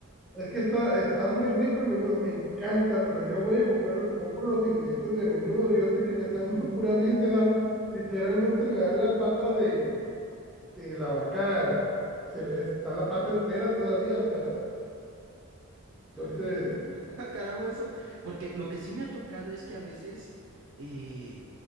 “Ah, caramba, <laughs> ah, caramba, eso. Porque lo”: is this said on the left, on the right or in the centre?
Right